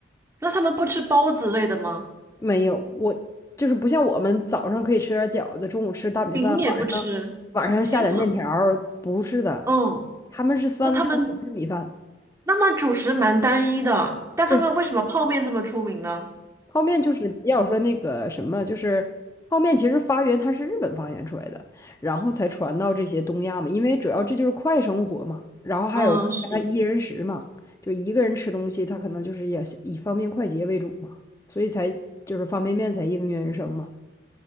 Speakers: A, on the right (about 15°); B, on the left (about 15°).
A: 那他们不吃包子类的吗？
B: 没有，我就是不像我们早上可以吃点饺子，中午吃大米饭，
A: 饼也不吃。
B: 晚上晚上下点面条儿不是的，
A: 天呐，嗯，
B: 他们是三餐不吃米饭。
A: 那他们那么主食蛮单一的，但他们为什么泡面这么出名呢？
B: 对，泡面就是要说那个什么，就是泡面其实发源它是日本发源出来的，然后才传到这些东亚嘛，因为主要这就是快生活嘛，然后还有加一人食嘛，
A: 嗯，是。
B: 就一个人吃东西，他可能就是也是以方便快捷为主嘛，所以才就是方便面才应运而生嘛。